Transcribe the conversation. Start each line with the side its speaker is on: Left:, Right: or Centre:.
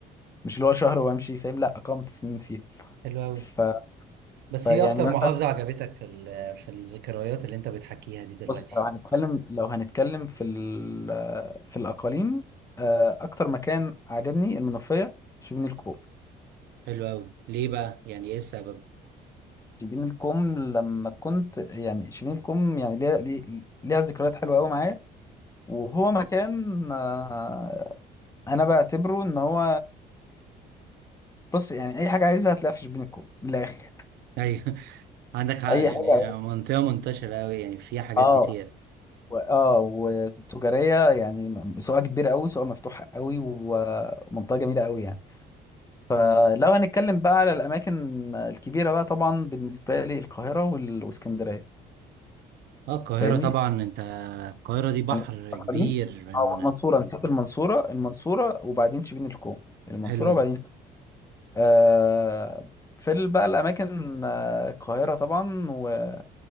Left: مش اللي هو شهر وأمشي فاهم لا أقمت سنين فيها
Right: حلو قوي
Left: ف...
Right: بس
Left: فيعني
Right: هي اكتر
Left: مثلا
Right: محافظة عجبتك في ال- في الذكريات اللي انت بتحكيها دي دلوقتي
Left: بص لو هنتكلم لو هنتكلم في ال- في الأقاليم آه، أكتر مكان عجبني المنوفية شبين الكوم
Right: حلو قوي ليه بقى يعني ايه السبب
Left: شبين الكوم لما كنت يعني شبين الكوم يعني ليها ليه- ليها ذكريات حلوة قوي معايا وهو مكان آه، أنا بعتبره إن هو بص يعني أي حاجة عايزها هتلاقيها في شبين الكوم من الآخر
Right: ايوه <laughs> عندك حق
Left: أي
Right: يعني
Left: حاجة
Right: منطقة منتشرة أوي يعني فيها حاجات
Left: اه
Right: كتير
Left: و- اه وتجارية يعني سواء كبير قوي سواء مفتوح قوي ومنطقة جميلة قوي يعني فلو هنتكلم بقى على الأماكن الكبيرة بقى طبعا بالنسبة لي القاهرة وال- والإسكندرية
Right: اه القاهرة
Left: فاهمني؟
Right: طبعا انت القاهرة دي بحر
Left: أنا- أقاليم
Right: كبير من
Left: أو المنصورة نسيت المنصورة المنصورة وبعدين شبين الكوم المنصورة
Right: حلو أوي
Left: وبعدين آه في ال- بقى الأماكن آه، القاهرة طبعا و-